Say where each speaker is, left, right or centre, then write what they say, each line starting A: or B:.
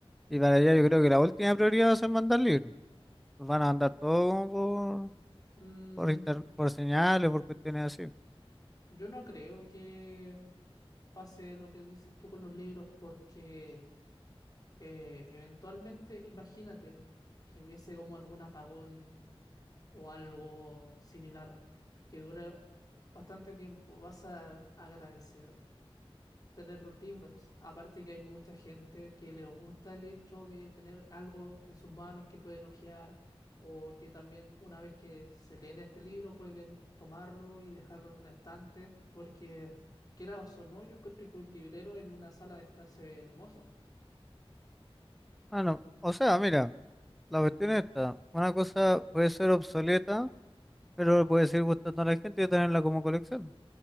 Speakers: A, in the centre; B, on the left (about 40°).
A: Y para allá yo creo que la última prioridad va a ser mandar libros. Los Van a mandar todo como
B: Mm,
A: por, por, inter- por señales, por cuestiones así.
B: yo no creo que pase lo que dices tú con los libros, porque eh, eventualmente imagínate que hubiese como algún apagón o algo similar que dure bastante tiempo. ¿Vas a agradecer? tener los libros. Aparte que hay mucha gente que les gusta el hecho de tener algo en sus manos que pueden hojear o que también una vez que se leen este libro pueden tomarlo y dejarlo en un estante porque quieras o so no, yo creo que un librero en una sala de estar se ve hermoso.
A: Bueno, o sea, mira, la cuestión está. Una cosa puede ser obsoleta pero puede seguir gustando a la gente y tenerla como colección.